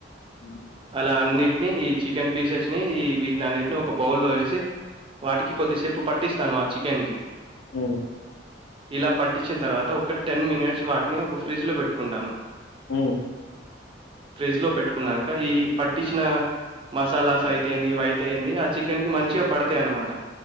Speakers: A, on the left; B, on the right.
A: హ్మ్.
B: అలా అన్ని వీటిని ఈ చికెన్ పీసెస్ ని ఈ వీటినన్నిటిని ఒక బౌల్ లో వేసి వాటికి కొద్దిసేపు పట్టిస్త వస్తున్నావా చికెన్ కి
A: ఊ
B: ఇలా పట్టిచ్చిన తర్వాత ఒక టెన్ మినిట్స్ వాటిని ఒక ఫ్రిడ్జ్ లో పెట్టుకుంటాను
A: ఊ
B: ఫ్రిడ్జ్ లో పెట్టుకున్నాక ఈ పట్టించిన మసాలాస్ అయితే ఏంది ఇవి అయితేయంది ఆ చికెన్ కి మంచిగా పడతాయి అన్నమాట